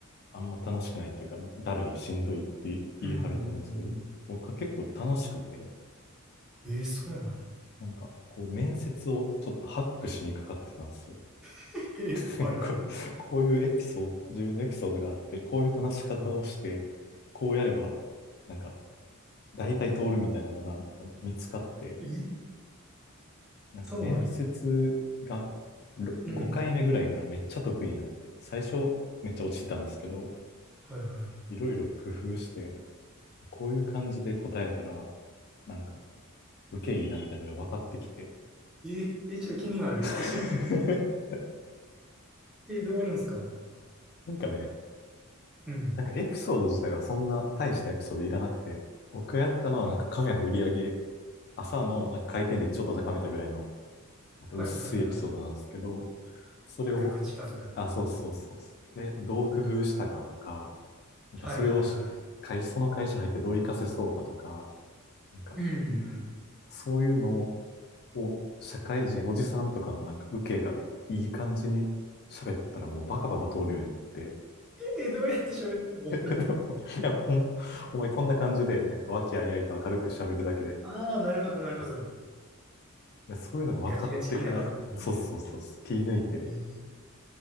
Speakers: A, on the left; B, in the centre.
A: あんま楽しくないっていうか、だるい、しんどいって言い張ると思うんですけど、
B: うんうんうんうんうんうんう
A: 僕は結構楽しくて、
B: ん。えー、そうなんや。
A: なんか、こう、面接をちょっとハックしにかかってたんですよ。
B: <laughs> えー、
A: <laughs>
B: はいはいはい。
A: ここういうエピソード、
B: <laughs>
A: 自分のエピソードがあって、こういう話し方をして、
B: あ
A: こうやれば、なんか、大体通るみたいなのが、なんか見つかって、
B: え、
A: なんか面接がろ5回目ぐらいからめっちゃ得意になって、
B: そうなんや。うん。
A: 最初めっちゃ落ちてたんですけど、
B: はいはいは
A: いろいろ工夫して、こういう感じで答えたら、なんか、受けいいなみたいなのが分かってきて、
B: い。え、え、ちょっと気になる。
A: <laughs>
B: え、知りたい。え、えどうやるんすか
A: なんかね、
B: うん。
A: なんかエピソード自体はそんな大したエピソードいらなくて、僕がやったのはなんかカフェの売り上げ、
B: はい
A: 朝のなんか回転率ちょっと高めたぐらいのなんか薄いエピソードなんですけど、
B: はいはいはい。
A: それを、
B: まあガクチカとかね。
A: あ、そうそうそうそう。で、どう工夫したかとか、なんかそれをし、
B: はいはいはい。
A: 会、その会社入ってどう活かせそうかとか、なんか
B: うんうんうん。
A: そういうのを社会人、おじさんとかのなんか受けがいい感じに喋ったらもうバカバカ通るようになって、
B: ええ、どうやって喋るの
A: <laughs> いや、ほん、お前こんな感じで、なんか和気あいあいと明るく喋るだけで、
B: あ <laughs> あー、なるほど、なるほど。
A: そうそうそういうのが分かってから、
B: ガチガチにならずに。
A: そうそうそう、気抜いて、
B: え